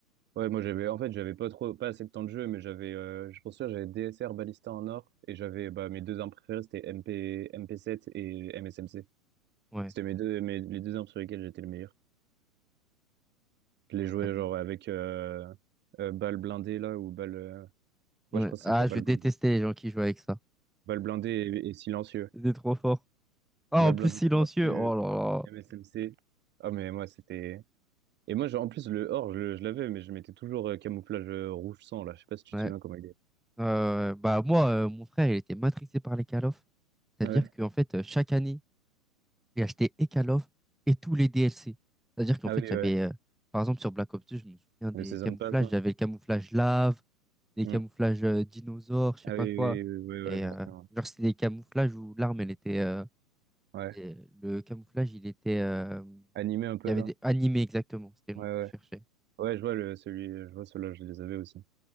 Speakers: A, on the right; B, in the centre.
A: Ouais, moi j'avais en fait j'avais pas trop pas assez de temps de jeu, mais j'avais euh, je pense que j'avais DSR Ballista en or et j'avais bah mes deux armes préférées c'était MP MP7 et MSMC.
B: Ouais,
A: C'était mes deux, mes- les deux armes sur lesquelles j'étais le meilleur. Je
B: ouais,
A: les jouais
B: j'avoue.
A: genre avec euh, euh, balle blindée là ou balle. euh, Ouais,
B: Ouais.
A: je crois que ça
B: Ah,
A: s'appelait balle
B: je détestais
A: blindée.
B: les gens qui jouaient avec ça.
A: Balle blindée et, et silencieux.
B: C'était trop fort. Ah,
A: Balle
B: en
A: blindée,
B: plus, silencieux.
A: silencieux,
B: Oh là
A: MSMC. Ah, mais moi, c'était. Et moi, genre, en plus, le or, je, le- je l'avais, mais je mettais toujours euh, camouflage euh, rouge sang là. Je sais pas si tu
B: là.
A: te souviens
B: Ouais.
A: comment il est.
B: Euh, bah moi, euh, mon frère, il était matrixé par les call of. C'est-à-dire
A: Ouais.
B: qu'en fait, euh, chaque année, j'ai acheté et Call of et tous les DLC. C'est-à-dire qu'en
A: Ah
B: fait,
A: oui,
B: j'avais,
A: ouais.
B: euh, par exemple, sur Black Ops 2, je me souviens des
A: Le Season
B: camouflages.
A: Pass là.
B: J'avais le camouflage lave, des
A: Hmm.
B: camouflages euh, dinosaures, je
A: Ah
B: sais pas
A: oui,
B: quoi.
A: oui, oui, oui, ouais,
B: Et
A: ouais, j'en
B: euh,
A: souviens.
B: genre, c'était des camouflages où l'arme, elle était. euh,
A: Ouais.
B: et le camouflage, il était. euh,
A: Animé un peu
B: il y avait
A: là.
B: des animés, exactement. C'était
A: Ouais,
B: le mot que
A: ouais.
B: je cherchais.
A: Ouais, je vois le, celui, je vois ceux-là, je les avais aussi.